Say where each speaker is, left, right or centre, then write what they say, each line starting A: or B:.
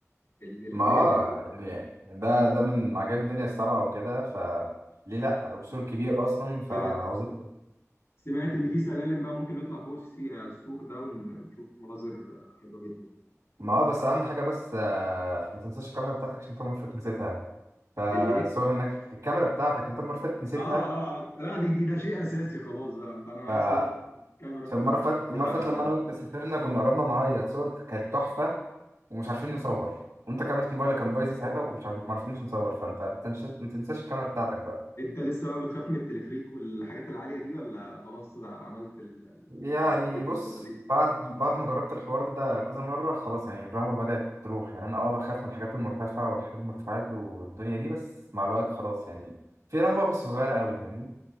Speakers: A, on the left (about 65°); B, on the right (about 80°).
A: ال- الحاجه
B: ما اه
A: اللي فيه
B: يعني ده ده من عجائب الدنيا السبعة وكده ف ليه لا وسور كبير اصلا فعاوزين
A: انا سمعت ان في سلالم بقى ممكن نطلع فوق السي- آه، السور ده ونشوف مناظر آه، حلوه جدا
B: ما اه بس اهم حاجة بس آه، ما تنساش الكاميرا بتاعتك عشان انت المرة اللي فاتت نسيتها فالصور
A: الايه
B: هناك الكاميرا بتاعتك انت المرة اللي فاتت نسيتها
A: اه اه آه. لا دي دي ده شيء اساسي خلاص بقى انت انا معايا
B: ف
A: صور كاميرا
B: في
A: فوتوغرافر
B: المرة اللي فاتت
A: كده
B: المرة اللي فاتت لما انا وانت سافرنا كنا قربنا نعيط صورتك كانت تحفة ومش عارفين نصور وانت كاميرا موبايلك كان بايظه ساعتها ومش عارف ما عرفناش نصور فانت ما تنساش ما تنساش الكاميرا بتاعتك بقى
A: انت لسه بقى بتخاف من التلفريك والحاجات العالية دي ولا خلاص عملت ال... ال-
B: يعني
A: يعني عديت
B: بص
A: النقطة دي
B: بعد بعد ما جربت الحوار ده كذا مره خلاص يعني الرهبه بدات تروح يعني انا اه بخاف من الحاجات المرتفعه والحاجات المرتفعات والدنيا دي بس مع الوقت خلاص يعني في رهبه بس صغيره قوي فاهمني